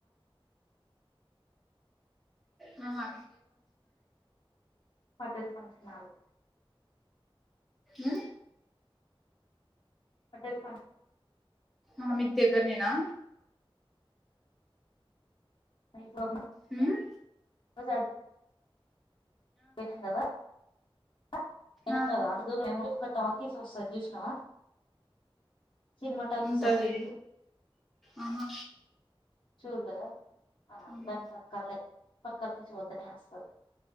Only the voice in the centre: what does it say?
హా
అ
ఆ మీక్ దెగ్గరనేనా
హ్మ్మ్
ఆ
ఉంటది
ఆహా
ఆహా